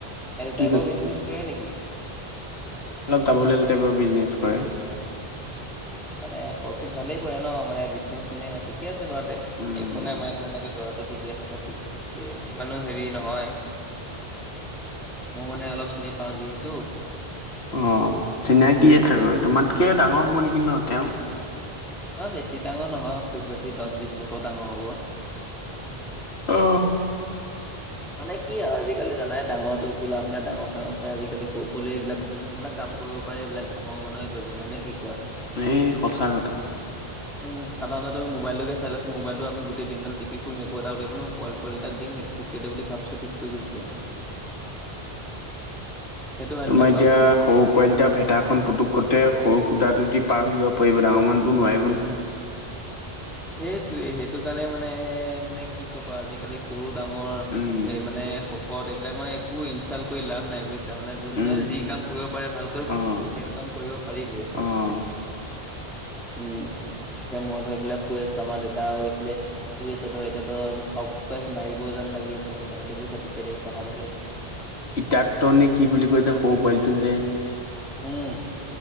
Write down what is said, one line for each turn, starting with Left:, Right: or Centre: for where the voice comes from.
Centre: এল
Left: কি
Centre: টাইপৰ
Left: কৈছে
Centre: বিজনেছ কৰে নেকি?
Left: অলপ দাবোল এল টাইপৰ বিজনেছ কৰে।
Centre: মানে প্ৰফিট ভালেই কৰে ন মানে বিজনেচ মেনে হয় ঠিক। ঠিকে আছে বাৰু তে
Left: উম
Centre: একো নাই মানে তোমালোকে দৰাটো ঠিকে চাইছা ঠিক। ই এনৈ ইমানো হেৰি নহয় মও মানে অলপ চিনি পাও যিহেতু,
Left: অ চিনাকিয়ে চাগৈ তোমাতকে ডাঙৰ হ'ব নেকি ন তেওঁ,
Centre: অ বেছি ডাঙৰ নহয় খুব বেছি দচ বিচ বছৰ ডাঙৰ হ'ব।
Left: অ
Centre: মানে কি আৰু আজিকালি জানাই ডাঙৰো একো লাভ নাই ডাঙৰ চাঙৰ চাই আজিকালি সৰু পোৱালি এইবিলাক, যোনবিলাক কাম কৰিব পাৰে এইবিলাক ডাঙৰ মানুহে কৰিব নোৱাই নে কি কোৱা,
Left: এই সঁচা কথা
Centre: <inaudible> উম সাধৰণ তু মবাইলটোেকে চাই লোৱা চুন মোবাইলটো আমি গোটেই দিন দাল টিপি ফুৰিম একো এটা উলিয়াব নোৱাৰোঁ পোৱালি পোৱালি এটাক দিম সেইটো ঠিক কৰি দে বুলি ঘাপ চে ঠিক কৰি থৈ গুচি যাব। সেইটো হয়
Left: তোমাৰ
Centre: নে নহয় কোৱা?
Left: এতিয়া সৰু পোৱালিটা ভেটাখন পুটোকতে সৰু ফুটাটো যদি পাৰ হৈ যাব পাৰিব ডাঙৰ মানুহ এটাই নোৱাৰিব নহয়।
Centre: সেইটোৱে সেইটো কাৰণে মানে মানে কি কবা আজিকালি সৰু ডাঙৰ
Left: উম,
Centre: এ মানে, পকত এইবিলাক মানে একো ইনচাল্ কৰি লাভ নাই বুজিছা তাৰ মানে যোনে
Left: উম,
Centre: যি কাম কৰিব পাৰে ভালকৈ
Left: অ',
Centre: সেইটো কাম কৰিব পাৰিবই।
Left: অ',
Centre: উম এতিয়া মই এইবিলাক, শুই আছো আমাৰ দেউতাও এইফালে শুই আছে ধৰ এতিয়া ধৰ খব কে আহি মাৰিব যেন লাগি আছে। তুমি মোৰ কথাটো বুজিছা ঠিকে দেই কথা পাতি আছো।
Left: ইডাটনে কি বুলি কয় যে সৰু পোৱালিটো যে,
Centre: উম